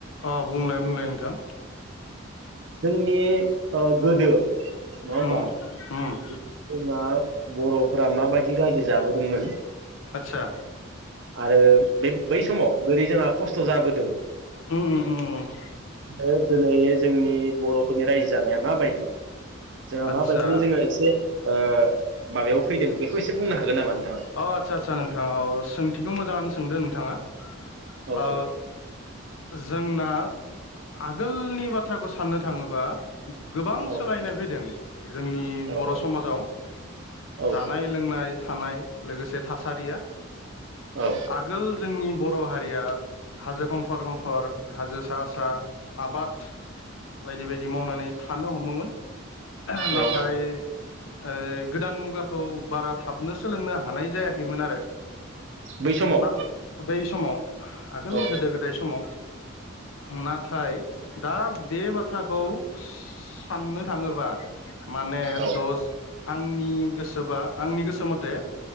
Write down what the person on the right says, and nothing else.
जोंनि ओ गोदो नङा होमबा
जोंना बर'फोरा माबायदि रायजो जाबोदोंमोन
आरो बे बै समाव बोरै जोंहा खस्थ' जाबोदों
ओ दिनै जोंनि बर'फोरनि रायजो जानाया माबायदि जोंहा
माबायदिनो जोङो एसे ओ माबायाव फैदों बेखौ एसे बुंनो हागोन नामा नोंथाङा
औ औ
औ
औ
औ
औ
औ औ
बै समाव
औ
औ